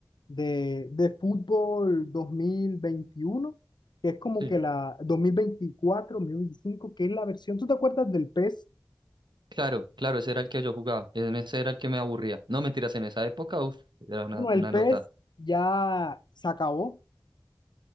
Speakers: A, on the left; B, on the right.
A: de, de fútbol 2021 que es como
B: Sí.
A: que la dos dos mil veinticuatro dos mil veinticinco que es la versión, ¿tú te acuerdas del PES?
B: Claro, claro, ese era el que yo jugaba. En ese era el que me aburría. No, mentiras, en esa época, uff, era una,
A: Bueno, el
B: una
A: PES
B: nota.
A: ya se acabó,